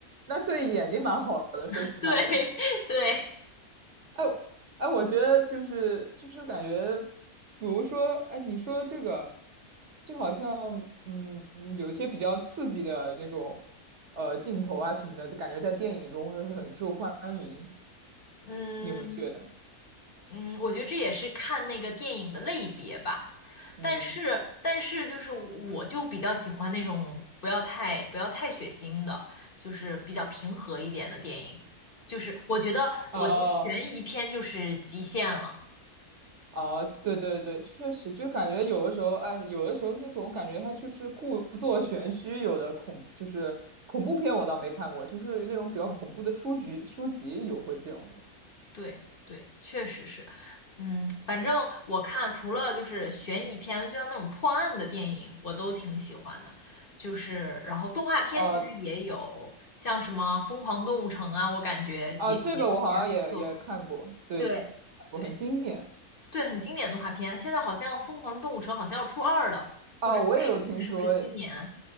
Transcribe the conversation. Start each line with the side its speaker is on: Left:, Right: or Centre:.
Right: 那对眼睛蛮好的，
Left: <laughs>
Right: 说实话，
Left: 对对，
Right: 这样。哎，我哎，我觉得就是就是感觉，比如说，哎，你说这个，就好像嗯，有一些比较刺激的那种呃镜头啊什么的，就感觉在电影中会很受欢迎，
Left: 嗯
Right: 你有没有觉得？
Left: 嗯，我觉得这也是看那个电影的类别吧。
Right: 嗯。
Left: 但是但是就是我就比较喜欢那种不要太不要太血腥的，就是比较平和一点的电影。就是我觉得我觉得悬疑片就是极限了。
Right: 哦哦，对对对，确实，就感觉有的时候，哎，有的时候那种感觉，它就是故作 <laughs> 玄虚。有的恐就是恐怖片，我倒没看过，就是那种比较恐怖的书籍，
Left: 嗯
Right: 书籍有会这样的。
Left: 对对，确实是，嗯，反正我看除了就是悬疑片，就像那种破案的电影，我都挺喜欢的。就是然后动画片其实也有，
Right: 啊
Left: 像什么《疯狂动物城》啊，我感觉也也不错。
Right: 啊，这个我好像也也看过，对的，
Left: 对对
Right: 看过，很经典。
Left: 对，很经典的动画片。现在好像《疯狂动物城》好像要出二了，
Right: 啊，
Left: 不知是是不是今年？
Right: 我也有听说，哎